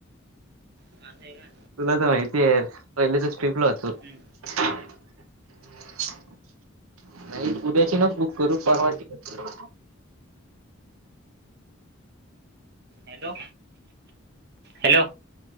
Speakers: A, on the right; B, on the right.
A: अस आहे का
B: तुला तर माहितीय आहे पहिल्याच स्ट्रिप्टला होतो
A: हम
B: <unintelligible> नाहीईट उद्याची न बुक करू परवा टिकटू
A: हॅलो हॅलो